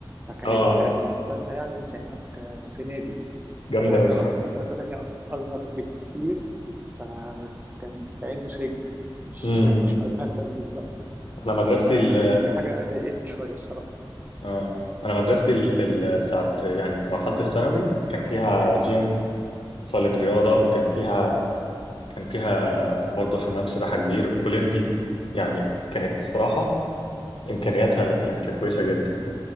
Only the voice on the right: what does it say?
فكانت
بالنسبة لنا يعني كأنك في نادي
فبعد
كده رحت مدرسة تانية أصغر بكتير فكان كأنه سجن مش
مش مدرسة بالنسبة لنا
فدي
حاجة ضايقتني شوية الصراحة